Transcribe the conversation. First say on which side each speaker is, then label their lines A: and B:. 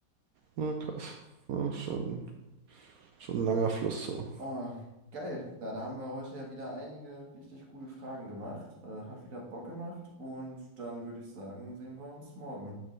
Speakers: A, on the right; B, on the right.
A: na krass. Ja, schon, schon ein langer Fluss so.
B: Oh, geil. Da, da haben wir heute ja wieder einige richtig gute Fragen gemacht. Äh, hat wieder Bock gemacht. Und dann würde ich sagen, sehen wir uns morgen.